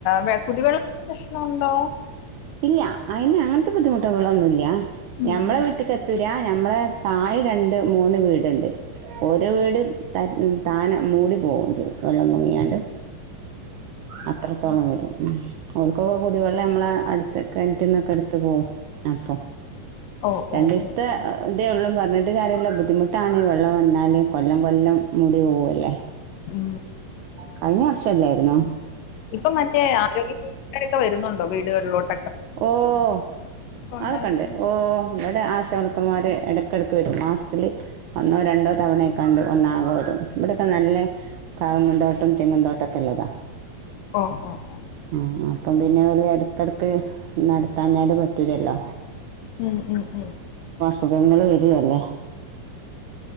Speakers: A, on the left (about 75°); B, on the right (about 80°).
A: വേ കുട്ടികൾ പ്രശ്നുണ്ടോ
B: ഇല്ല അതിന് അങ്ങനത്തെ ബുദ്ധിമുട്ടുകളൊന്നും ഇല്ല
A: ഉം
B: ഞമ്മളെ വീട്ടക്ക് എത്ത ഞമ്മളെ തായ് രണ്ട് മൂന്ന് വീടുണ്ട് ഓരോ വീട് ത താനം മൂടി പോവും ചിൽ വെള്ളം പൊങ്ങിയാണ്ട് അത്രത്തോളം വരും ഓർക്കൊക്കെ കുടിവെള്ളം നമ്മള അടു കിണിറ്റിൽന്നൊക്കെ എടുത്ത് പോവും അപ്പോൾ
A: ഓ
B: രണ്ട്
A: ഓ
B: ദിവസത്തെ
A: ഓ ഓ
B: ഇതേ ഉള്ളൂ പറഞ്ഞി ഒരു കാര്യമുള്ള ബുദ്ധിമുട്ടാണ് വെള്ളം വന്നാല് കൊല്ലം കൊല്ലം മുടി പോവ ല്ലേ
A: ഉം
B: കഴിഞ്ഞ വർഷല്ലായിരുന്നോ
A: ഇപ്പൊ മറ്റേ ആരോഗ്യപ്രവർത്തക രൊക്കെ വരുന്നുണ്ടോ വീടുകളിലോട്ട്
B: ഓഹ്
A: ഉണ്ടായതുകൊണ്ട്
B: അതൊക്കെയൊണ്ട് ഓഹ് ഇവിടെ ആശവർക്കന്മാര് ഇടക്കടക്ക- ഒക്കെ വരും മാസത്തില് ഒന്നോ രണ്ടോ തവണയെക്കണ്ട് ഒന്ന് ആകെ വരും ഇവിടെക്കെ നല്ല- പൂന്തോട്ടം തേങ്ങിൻതോട്ടം ട്ടക്കല്ലതാ
A: ഓ ഓ ഓ
B: ആഹ് അപ്പം പിന്നെ ഇടയ്ക്കുയിടക്ക് - അടുത്തഞ്ഞാലും പറ്റൂലല്ലോ
A: ഉം ഉം ഉം
B: സുഖങ്ങള് വരുവല്ലേ